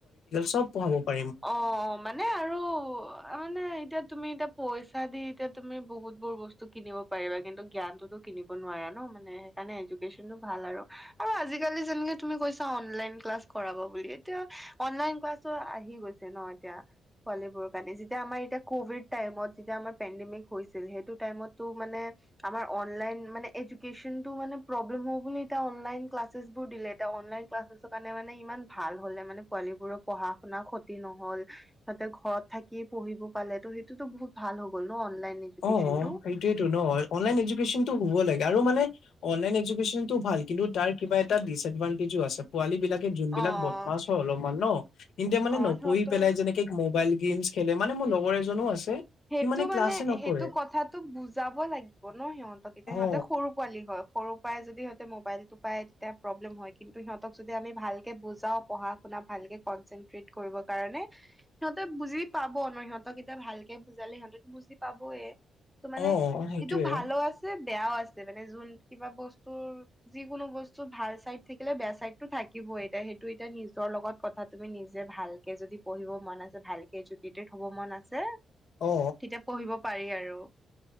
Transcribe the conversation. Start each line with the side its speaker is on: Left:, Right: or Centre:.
Left: সব পহাব পাৰি।
Centre: অ মানে আৰু মানে এতিয়া তুমি এতিয়া পইচা দি এতিয়া। তুমি বহুত বোৰ বস্তু কিনিব পাৰিবা কিন্তু জ্ঞানতোতো কিনিব নোৱাৰা ন মানে সেইকাৰণে এডুকেশ্যনতো ভাল। হল আৰু অ আজিকালি যেনেকে তুমি কৈছা অনলাইন ক্লাছ কৰাব বুলি এতিয়া অনলাইন অনলাইন ক্লাছটো আহি গৈছে ন এতিয়া পোৱালী বোৰৰ কাৰণে যেতিয়া আমাৰ এতিয়া কভিড টাইমত যেতিয়া আমাৰ পেনডিং। মেমে কৈছিল সেইটো টাইমত টো মানে আমাৰ অনলাইন মানে এডুকেশ্যনতো মানে প্ৰব্লেমো বুলি এতিয়া অনলাইন ক্লাছেছ বোৰ দিলে এতিয়া অনলাইন ক্লাছৰ কাৰণে মানে ইমান ভাল হলে মানে পোৱালীবোৰক। পঢ়া শুনা ক্ষতি নহল তহতে ঘৰত থাকি পঢ়িব পালে ত' সেইটোতো বহুত ভাল হৈ গ'ল ন অনলাইন এডুকেশ্বনটো।
Left: অ সেইটোয়েতো নহ অনলাইন এডুকেশ্যনতটো। পঢ়িব লাগে আৰু মানে অনলাইন এডুকেশ্যনটো ভাল কিন্তু তাৰ কিবা এটা ডিচিপইটি আছে পোৱালি বিলাক। যোন বিলাক
Centre: অ',
Left: বদমাছ হয় অলপমান ন এতিয়া মানে
Centre: অ',
Left: নপঢ়ি
Centre: সিহঁতৰ
Left: পেলাই যেনেকে মোবাইল গেমছ খেলে মানে মোৰ লগৰ এজনো আছে।
Centre: সেইটো
Left: সি ক্লাছে
Centre: মানে
Left: নকৰে
Centre: সেই টো কথাতটো বুজাব লাগিব ন সিহঁতক এতিয়া
Left: অ
Centre: সিহঁতে সৰু পোৱালি হয়। সৰুৰ পৰাই যদি সিহঁতে মোবাইল টো পায় তেতিয়া প্ৰব্লেম হয় কিন্তু সিহঁতক যদি আমি ভাল কে বুজাও পঢ়া শুনা ভালকে কনচেনট কিয়েট কৰিবৰ কাৰণে সিহঁতে বুজি পাব ন সিহতকেইটা ভালকে বুজালে সিহঁতে বুজি পাবয়েই ত মানে
Left: অ সেইটোয়ে
Centre: এইটো ভালো আছে। বেয়াও আছে মানে যোন কিবা বস্তুৰ যিকোনো বস্তু ভাল চাইড থাকিলে বেয়া চাইডতো থাকিব। বই সেইটো এতিয়া নিজৰ লগত কথা তুমি নিজে ভালকে যদি পঢ়িব মন আছে ভালকে যদি এডুকেড হ'ব মন আছে
Left: অ
Centre: তেতিয়া পঢ়িব পাৰি আৰু